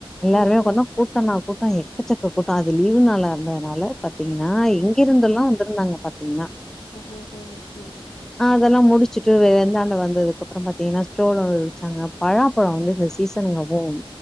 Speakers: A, in the centre; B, on the left.
A: எல்லாருமே
B: ஓஹோ
A: உக்காந்து கூட்டம்தா கூட்டம் எக்கச்சக்க கூட்டம் அது லீவு நாளா இருந்தனால பாத்தீங்கன்னா எங்கருந்தோலாம் வந்ருந்தாங்க பாத்தீங்கன்னா
B: ஓஹோ ஓகே சேரி சேரி
A: அதெலாம் முடிச்சிட்டு வெந்தாண்டம் வந்ததுக்கப்றொ பாத்தீங்கனா சோளொ விச்சாங்க பலாப்பழம் வந்து இந்த சீசனுக்கவும்